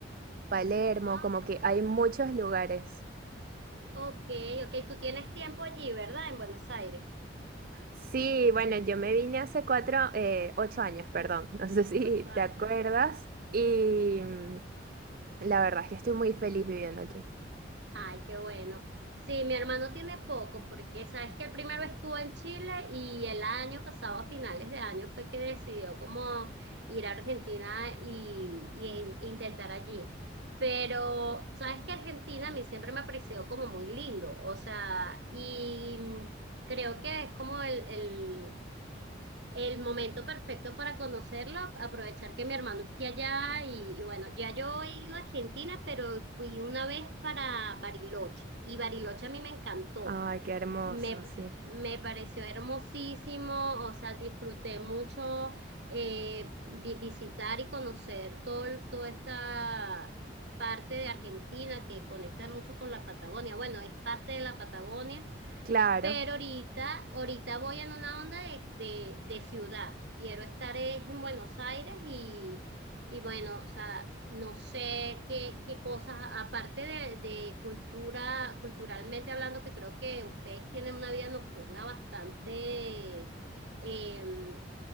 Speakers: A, on the right (about 50°); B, on the right (about 65°).
A: Palermo,
B: Ah,
A: como que hay muchos lugares.
B: ok, ok, tú tienes tiempo allí, ¿verdad? En Buenos Aires,
A: Sí, bueno, yo me vine hace cuatro, eh, ocho años, perdón, <laughs> no sé si
B: ocho años.
A: te acuerdas,
B: <laughs>
A: y mm, la verdad es que estoy muy feliz viviendo aquí.
B: Ay, qué bueno. Sí, mi hermano tiene poco, porque sabes que el primero estuvo en Chile y el año pasado, a finales de año, fue que decidió como ir a Argentina y, y e in- e intentar allí. Pero sabes que Argentina a mí siempre me ha parecido como muy lindo, o sea, y mm, creo que es como el, El momento perfecto para conocerlo, aprovechar que mi hermano esté allá y, y bueno, ya yo he ido a Argentina, pero fui una vez para Bariloche y Bariloche a mí me encantó,
A: Ay, qué hermoso,
B: me,
A: sí.
B: me pareció hermosísimo, o sea, disfruté mucho eh, vi- visitar y conocer todo, el- toda esta parte de Argentina que conecta mucho con la Patagonia. Bueno, es parte de la Patagonia
A: Claro.
B: pero ahorita, ahorita voy en una onda de, de, de ciudad. Quiero estar es en Buenos Aires y, y bueno, o sea, no sé qué, qué cosas, aparte de, de cultura, culturalmente hablando, que creo que ustedes tienen una vida nocturna bastante, eh,